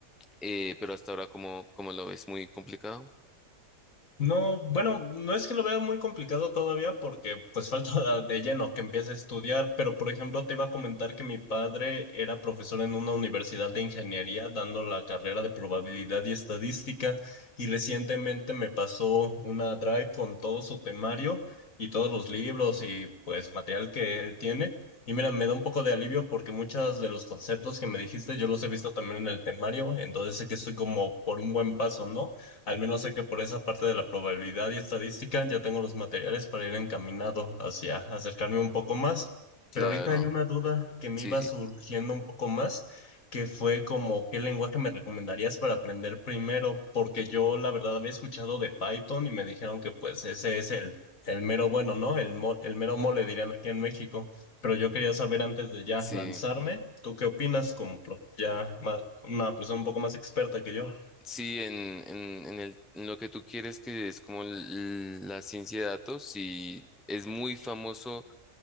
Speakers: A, in the centre; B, on the left.
A: eh, pero hasta ahora como, como lo ves muy complicado.
B: No, bueno, no es que lo vea muy complicado todavía porque pues <laughs> falta de lleno que empiece a estudiar, pero por ejemplo te iba a comentar que mi padre era profesor en una universidad de ingeniería dando la carrera de probabilidad y estadística y recientemente me pasó una drive con todo su temario y todos los libros y pues material que él tiene. Y mira, me da un poco de alivio porque muchos de los conceptos que me dijiste yo los he visto también en el temario, entonces sé que estoy como por un buen paso, ¿no? Al menos sé que por esa parte de la probabilidad y estadística ya tengo los materiales para ir encaminado hacia acercarme un poco más.
A: Claro,
B: Pero ahorita hay una duda que me
A: sí,
B: iba
A: sí,
B: surgiendo un poco más, que fue como, ¿qué lenguaje me recomendarías para aprender primero? Porque yo la verdad había escuchado de Python y me dijeron que pues ese es el, el mero bueno, ¿no? El, mo- el mero mole dirían aquí en México. Pero yo quería saber antes de ya
A: sí.
B: lanzarme, ¿tú qué opinas como pro- ya ma- una persona un poco más experta que yo?
A: Sí, en, en, en el, en lo que tú quieres, que es como l- la ciencia de datos, sí, es muy famoso